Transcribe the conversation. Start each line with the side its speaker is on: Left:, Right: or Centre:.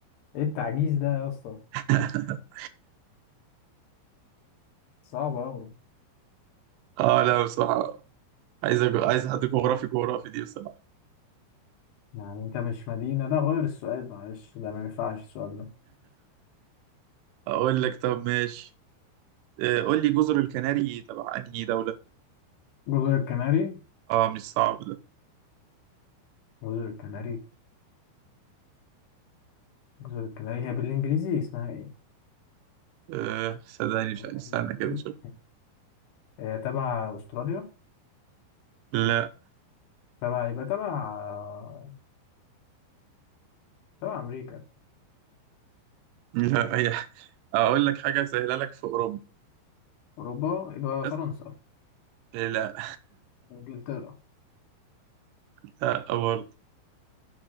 Left: إيه التعجيز ده يا اسطى
Right: <laughs>
Left: صعبة أوي
Right: اه لا بصراحه عايز أج- عايز حد جغرافي جغرافي دي بصراحه
Left: يعني انت مش مدينة لا غير السؤال معلش ده ما ينفعش السؤال ده
Right: اقول لك طب ماشي آه، قول لي جزر الكناري تبع انهي دوله
Left: جزر الكناري
Right: اه مش صعب ده
Left: جزر الكناري جزر الكناري هي بالانجليزي اسمها ايه؟
Right: آه، صدقني مش
Left: <laughs>
Right: عايز- استنى كده شوف
Left: هي تبع استراليا
Right: لا
Left: تبع يبقى تبع آه، تبع امريكا
Right: لا هي اقول لك حاجه سهله لك في اوروبا
Left: اوروبا يبقى
Right: بس
Left: فرنسا
Right: آه، لا
Left: انجلترا
Right: <laughs> لا برضه